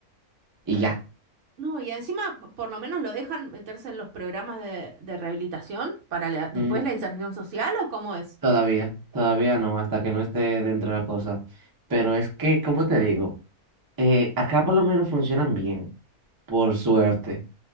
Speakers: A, on the right; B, on the right.
A: Y ya.
B: no, y encima p- por lo menos lo dejan meterse en los programas de, de rehabilitación para la- después
A: Mm,
B: la inserción social o cómo es.
A: todavía, todavía no, hasta que no esté dentro de la cosa. Pero es que, como te digo? Eh, acá por lo menos funcionan bien, por suerte.